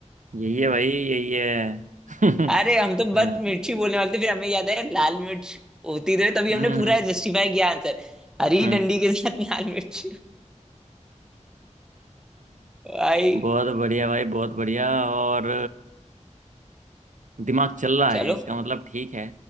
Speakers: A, on the right (about 80°); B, in the centre.
A: यही है भाई यही है <laughs>
B: अरे हम तो बस
A: हाँ,
B: मिर्ची बोलने वाले थे फिर हमें याद है लाल मिर्च होती रहे तभी
A: हम्म
B: हमने पूरा जस्टिफाई किया आंसर हरी
A: हम्म, हम्म।
B: डंडी के साथ <laughs> लाल मिर्च भाई
A: <laughs> बहुत बढ़िया भाई बहुत बढ़िया और दिमाग चल रहा
B: चलो
A: है इसका मतलब ठीक है